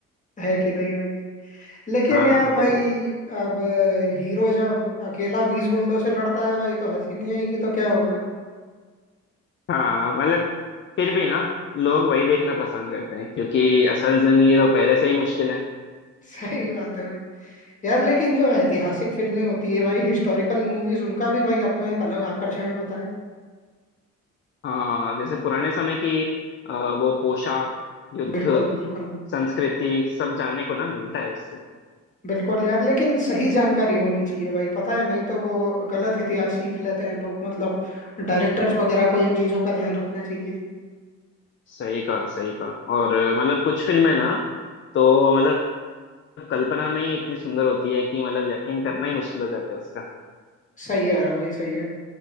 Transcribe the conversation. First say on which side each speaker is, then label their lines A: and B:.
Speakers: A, on the left; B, on the left.
A: है कि नहीं भाई लेकिन
B: हाँ
A: यार
B: हाँ जरूर
A: भाई अब हीरो जब अकेला बीस गुंडों से लड़ता है भाई तो हंसी नहीं आएगी तो क्या होगा
B: हाँ मतलब फिर भी ना लोग वही देखना पसंद करते हैं क्योंकि असल जिंदगी तो पहले से ही मुश्किल है
A: <laughs> सही बात है भाई यार लेकिन जो ऐतिहासिक फिल्में होती है भाई हिस्टोरिकल मूवीज उनका भी भाई अपना एक अलग आकर्षण होता है
B: हाँ जैसे पुराने समय की अ, वो पोशाक युद्ध
A: बिल्कुल बिल्कुल
B: संस्कृति सब जानने को ना मिलता है उससे
A: बिल्कुल यार लेकिन सही जानकारी होनी चाहिए भाई पता है नहीं तो वो गलत इतिहास सीख लेते हैं लोग मतलब डायरेक्टर्स वगैरह को इन चीजों का ध्यान रखना चाहिए।
B: सही कहा सही कहा और अ, मतलब कुछ फिल्में ना तो मतलब कल्पना में ही इतनी सुंदर होती है कि मतलब यकीन करना ही मुश्किल हो जाता है उसका
A: सही है यार भाई सही है